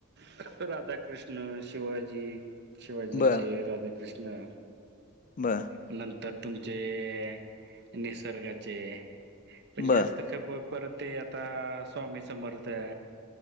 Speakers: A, on the right (about 50°); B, on the left (about 35°).
A: फक्त राधा कृष्ण... शिवाजी... शिवाजींचे...
B: बरं,
A: राधा कृष्ण
B: बरं,
A: नंतर तुमचे... निसर्गाचे... पण
B: बरं,
A: जास्त खप परत... ते आता... स्वामी समर्थ ए